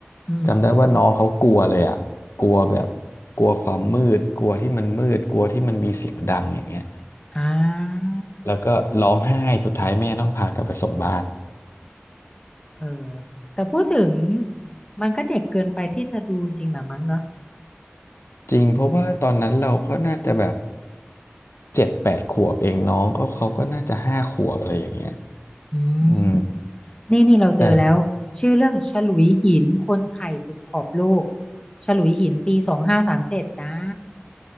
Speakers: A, on the left (about 20°); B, on the left (about 85°).
A: อืม
B: จำได้ว่าน้องเขากลัวเลยอ่ะกลัวแบบกลัวความมืดกลัวที่มันมืดกลัวที่มันมีเสียงดังอย่างเงี้ย
A: อ่า
B: แล้วก็ร้องไห้สุดท้ายแม่ต้องพากลับไปส่งบ้าน
A: เออแต่พูดถึงมันก็เด็กเกินไปที่จะดูจริงๆหรอมั้งเนอะ
B: จริงเพราะว่าตอนนั้นเราก็น่าจะแบบเจ็ดแปดขวบเองน้องก็เขาก็น่าจะห้าขวบอะไรอย่างเงี้ย
A: อืม
B: อืม
A: นี่นี่เราเจอแล้วชื่อเรื่องฉลุยหินคนไข่สุดขอบโลก
B: แต่
A: ฉลุยหินปีสองห้าสามเจ็ดจ้า